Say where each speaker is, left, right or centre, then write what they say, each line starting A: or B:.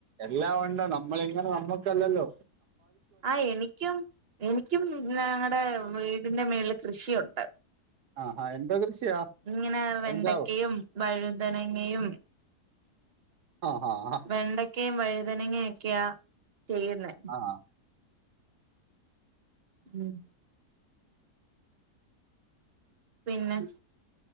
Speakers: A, on the right; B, on the right.
A: എല്ലാം ഉണ്ട നമ്മളിങ്ങനെ നമ്മുക്കല്ലല്ലോ
B: ആ എനിക്കും എനിക്കും ഞങ്ങടെ വീടിന്റെ മേളിൽ കൃഷിയുണ്ട്
A: ആഹാ എന്തോ കൃഷിയാ
B: ഇങ്ങനെ വെണ്ടക്കയും
A: പഞ്ച
B: വഴു തനങ്ങയും
A: ആഹാ ആ
B: വെണ്ടക്കയും വഴുതനങ്ങ ഒക്കെയ ചെയ്യുന്നെ
A: ഹാ ആ
B: ഉം പിന്നെ